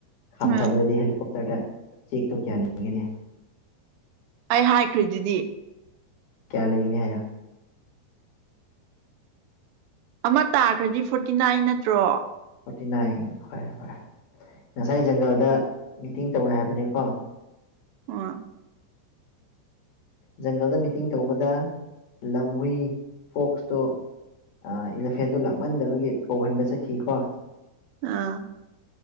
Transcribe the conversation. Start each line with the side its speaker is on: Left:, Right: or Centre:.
Left: ꯈꯥꯝꯊꯕꯗꯗꯤ
Right: ꯎꯝ
Left: ꯍꯦꯂꯤꯀꯣꯞꯇꯔꯗ ꯆꯦꯛꯛꯇꯣ ꯀꯌꯥ ꯂꯩꯒꯅꯤ
Right: ꯑꯩ ꯍꯥꯏꯈ꯭ꯔꯤꯦꯗꯨꯗꯤ
Left: ꯀꯌꯥ ꯂꯩꯒꯦꯅꯤ ꯍꯥꯏꯌꯣ
Right: ꯑꯃ ꯇꯥꯈ꯭ꯔꯗꯤ ꯐꯣꯔꯇꯤ ꯅꯥꯏꯟ ꯅꯠꯇ꯭ꯔꯣ
Left: ꯐꯣꯔꯇꯤ ꯅꯥꯏꯟ ꯐꯔꯦ ꯐꯔꯦ ꯉꯁꯥꯏ ꯖꯪꯒꯜꯗ ꯃꯤꯇꯤꯡ ꯇꯧꯋꯦ ꯍꯥꯏꯕꯅꯤꯀꯣ
Right: ꯑꯣ
Left: ꯖꯪꯒꯜꯗ ꯃꯤꯇꯤꯡ ꯇꯧꯕꯗ ꯂꯝ ꯍꯨꯏ ꯐꯣꯛꯁꯇꯣ ꯑ ꯏꯂꯤꯐꯦꯟꯗꯣ ꯂꯥꯛꯃꯟꯗꯕꯒꯤ ꯀꯧꯍꯟꯕ ꯆꯠꯈꯤ ꯀꯣ
Right: ꯑꯥ